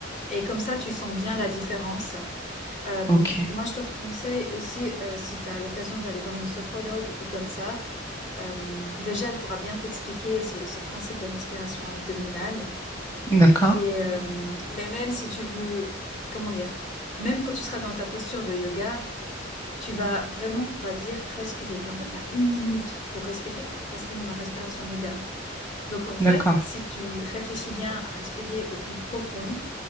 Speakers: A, on the left (about 40°); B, on the left (about 15°).
A: et comme ça, tu sens bien la différence. Hem,
B: ok,
A: moi, je te conseille aussi, heu, si tu as l'occasion d'aller voir une sophrologue ou comme ça, hem, déjà, elle pourra bien t'expliquer ce ce principe de respiration abdominale
B: d'accord,
A: et hem, mais même si tu veux, comment dire? Même quand tu seras dans ta posture de yoga, tu vas vraiment, on va dire, respirer. Puis en fait, tu as 1 minute pour respirer, puis pour rester dans la respiration de yoga. Donc en fait,
B: d'accord,
A: si tu réfléchis bien à respirer au plus profond,